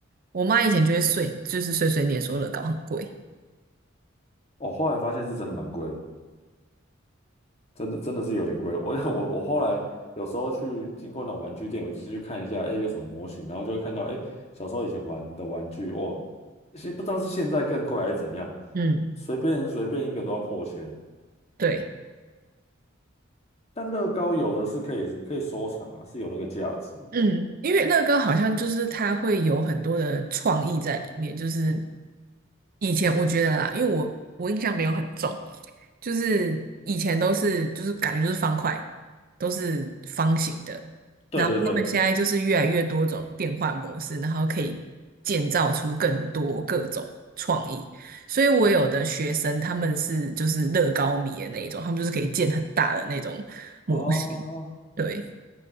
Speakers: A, on the right (about 45°); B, on the left (about 30°).
A: 我妈以前就会碎，就是碎碎念说乐高很贵，
B: 哦，后来发现是真的蛮贵的。真的真的是有点贵。我 <laughs> 我我后来有时候去经过那种玩具店，我就进去看一下，哎，有什么模型，然后就会看到，哎，小时候以前玩的玩具，哦，其实不知道是现在更贵还是怎样，
A: 嗯，
B: 随便随便一个都要破千。
A: 对。
B: 但乐高有的是可以可以收藏啊，是有那个价值。
A: 嗯，因为乐高好像就是它会有很多的创意在里面，就是以前我觉得啦，因为我我印象没有很重，就是以前都是就是感觉就是方块，都是方形的，
B: 对对对，
A: 然后他们现在就是越来越多种变换模式，然后可以建造出更多各种创意，所以我有的学生他们是就是乐高迷的那一种，他们就是可以建很大的那种模型，
B: 哦，
A: 对